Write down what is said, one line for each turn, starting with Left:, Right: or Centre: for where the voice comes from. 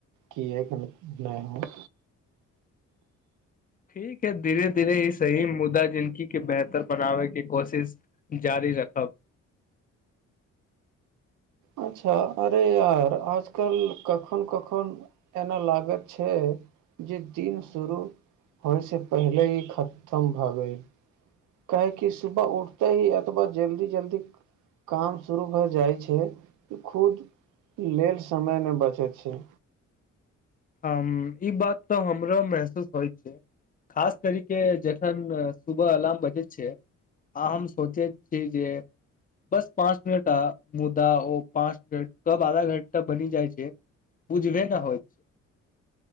Right: किए क ह।
Left: ठीक है धीरे धीरे ई। सही मुद्दा जिनकी के बेहतर बनाबेके कोशिश। जारी रखब।
Right: अच्छा अरे यार आजकल कखन कखन। एना लागत छै। जे दिन शुरू। होइसँ पहिले ई खतम भऽ गेल। काह कि सुबह उठते ही अथवा जल्दी जल्दी। काम शुरू भए जाय छै। खुद लेल समय ने बचैत छै।
Left: हम ई बात तऽ हमरो महसूस होइ छै। खास कर के जखन। सुबह अलार्म बजे छै। आ हम सोचे छी जे। बस पाँच मिनट आ मुदा ओ पाँच मिनट कब आधा घंटा बनि जाइ छै। बुझबे ने होइत।